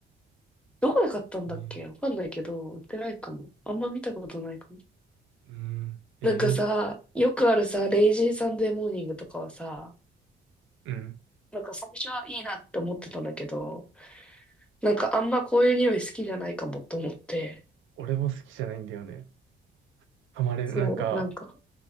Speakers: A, in the centre; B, on the right.
A: どこで買ったんだっけわかんないけど、
B: えー
A: 売ってないかも。あんま見たことないかも。
B: うん。え、
A: なんかさ、
B: いいね。
A: よくあるさ、レイジーサンデーモーニングとかはさ、
B: うん。
A: なんか最初はいいなって思ってたんだけど、なんかあんまこういう匂い好きじゃないかもって思って、
B: 俺も好きじゃないんだよね。ハマれなんか、
A: そう、なんか、